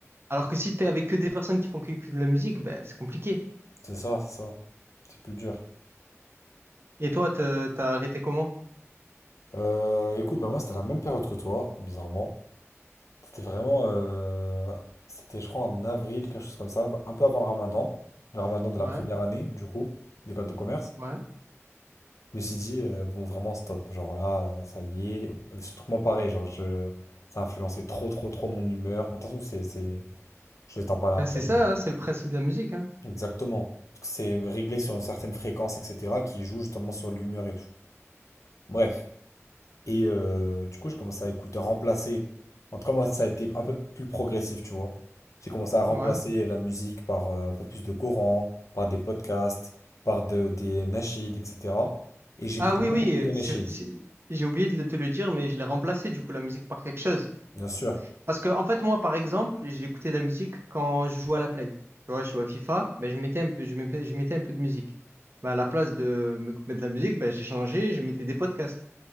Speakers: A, on the right; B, on the left.
A: Alors que si t'es avec que des personnes qui font que, que de la musique, ben c'est compliqué.
B: C'est ça, c'est ça. C'est plus dur.
A: Et toi, t'as t'as arrêté comment?
B: Euh, écoute, bah moi c'était la même période que toi, bizarrement. C'était vraiment, euh, c'était je crois en avril, quelque chose comme ça, bah, un peu avant le ramadan, le ramadan de la
A: Ouais,
B: première année du coup, d'école de commerce.
A: ouais.
B: Je me suis dit, euh, bon vraiment stop, genre là, euh, ça y est. Et surtout que moi pareil, genre je, ça a influencé trop trop trop mon humeur. Attention, c'est, c'est, je vais t'en parler après,
A: Ben c'est ça,
B: mais
A: hein, c'est le principe de la musique, hein.
B: exactement. Parce que c'est réglé sur une certaine fréquence, etc., qui joue justement sur l'humeur et tout. Bref. Et euh, du coup, j'ai commencé à écouter, à remplacer. En tout cas, moi, ça a été un peu plus progressif, tu vois. J'ai commencé à remplacer
A: Ouais.
B: la musique par euh, un peu plus de Coran, par des podcasts, par de- des nasheed, etc. Et j'écoutais
A: Ah oui,
B: beaucoup
A: oui,
B: plus
A: euh,
B: de nasheed,
A: c'est, c'est- j'ai oublié de le- te le dire, mais je l'ai remplacé du coup la musique par quelque chose.
B: bien sûr.
A: Parce que en fait, moi, par exemple, j'ai écouté de la musique quand je jouais à la Play. Tu vois, je jouais à FIFA, ben je mettais un, peu- je mettais, je mettais un peu de musique. Ben, à la place de me mettre de la musique, ben j'ai changé, je mettais des podcasts.